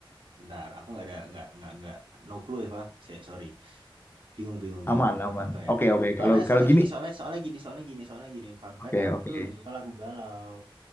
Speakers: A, on the right (about 60°); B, on the left (about 25°).
A: bentar. Aku nggak ada nggak nggak nggak no clue ya, Pak. Se- Sorry. Bingung, bingung, bingung,
B: aman
A: bingung.
B: aman
A: Apa ya?
B: oke oke
A: Soalnya
B: kalau
A: soalnya
B: kalau gini
A: gini, soalnya soalnya gini, soalnya gini, soalnya gini. Fun
B: oke
A: fact, aku
B: oke
A: tuh lebih suka lagu galau.